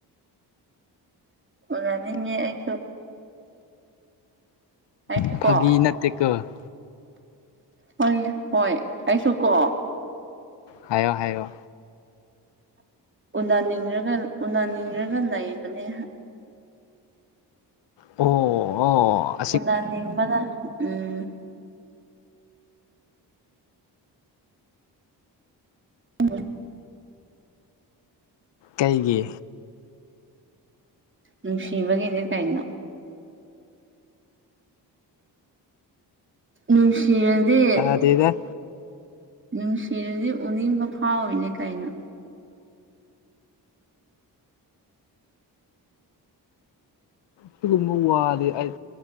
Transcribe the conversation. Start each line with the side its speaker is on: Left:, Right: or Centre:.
Right: ꯎꯅꯥꯅꯤꯡꯉꯦ ꯑꯩꯁꯨ ꯑꯩꯁꯨ
Left: ꯐꯥꯒꯤ
Right: ꯀꯣ
Left: ꯅꯠꯇꯦꯀꯣ
Right: ꯍꯣꯏꯅꯦ ꯍꯣꯏ ꯑꯩꯁꯨ ꯀꯣ
Left: ꯍꯥꯏꯌꯣ ꯍꯥꯏꯌꯣ
Right: ꯎꯟꯅꯅꯤꯡꯔꯒ ꯎꯟꯅꯅꯤꯡꯔꯒ ꯂꯩꯕꯅꯦ
Left: ꯑꯣ ꯍꯣ
Right: ꯎꯟꯅꯅꯤꯡꯕꯅꯥ ꯎꯝ ꯎꯝ
Left: ꯀꯩꯒꯤ
Right: ꯅꯨꯡꯁꯤꯕꯒꯤꯅꯦ ꯀꯩꯅꯣ ꯅꯨꯡꯁꯤꯔꯗꯤ
Left: ꯗꯦꯗꯥ
Right: ꯅꯨꯡꯁꯤꯔꯗꯤ ꯎꯅꯤꯡꯕ ꯐꯥꯎꯔꯤꯅꯦ ꯀꯩꯅꯣ
Left: ꯁꯤꯒꯨꯝꯕ ꯋꯥꯗꯤ ꯑꯩ